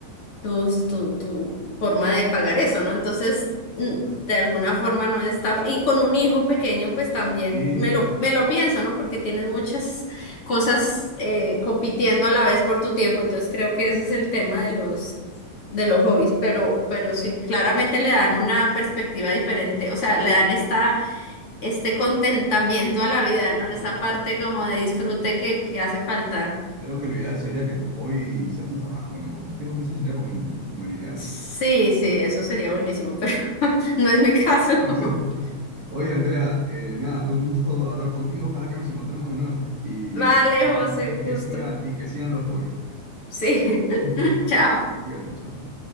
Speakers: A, on the left; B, on the right.
A: tu, tu, tu forma de pagar eso, ¿no? Entonces, mm,
B: claro.
A: de alguna forma no es tan... Y con un hijo pequeño, pues también
B: Sí,
A: me lo, me lo pienso, ¿no? Porque tienes muchas cosas eh, compitiendo a la vez por tu tiempo, entonces creo que ese es el tema de los, de los hobbies, pero, pero sí, claramente le dan una perspectiva diferente, o sea, le dan esta, este contentamiento a la vida, ¿no?
B: claro.
A: Esa parte como de disfrute que, que hace falta.
B: Creo que lo ideal sería que tu hobby sea tu trabajo, ¿no? Creo que eso sería como el, como el ideal.
A: Sí, sí, eso sería buenísimo, pero <laughs> no es mi caso.
B: <laughs>
A: <laughs>
B: A veces no estás. Oye, Andrea, eh, nada, fue un gusto hablar contigo. Ojalá que nos encontremos de nuevo y,
A: Vale, José,
B: y
A: un gusto.
B: que siga, y que sigan los hobbies.
A: Sí, <laughs>
B: <laughs>
A: chao.
B: Fíjate, chao.